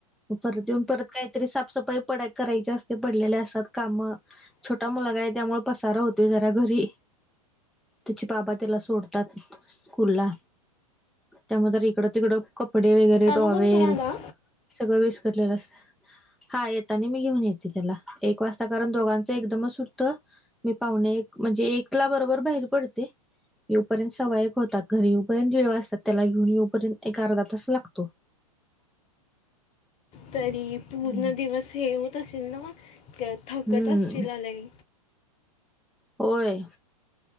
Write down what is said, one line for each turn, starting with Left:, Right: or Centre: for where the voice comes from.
Centre: मग परत येऊन परत काहीतरी साफसफाई पड करायची असते पडलेल्या असतात काम छोटा मुलागा आहे त्यामुळे पसारा होतो जरा घरी त्याचे बाबा त्याला सोडतात स्कूलला त्यामध्ये तर इकडं तिकडं कपडे वगैरे
Left: अनुगण
Centre: धोवेल.
Left: तुम्हाला
Centre: सगळं विस्कटलेलं असत. हा येेत आणि मी घेऊन येते त्याला एक वाजता कारण दोघांचं एकदमच सुटत. मी पाहुणे एक म्हणजे एकला बरोबर बाहेर पडते. येऊपर्यंत सवा एक होतात घरी येऊपर्यंत दीड वाजतात त्याला घेऊन येऊपर्यंत एक अर्धा तास लागतो.
Left: तरी पूर्ण
Centre: हम्म
Left: दिवस हे होत असशल ना थकत
Centre: हम्म
Left: असश आलय.
Centre: होय.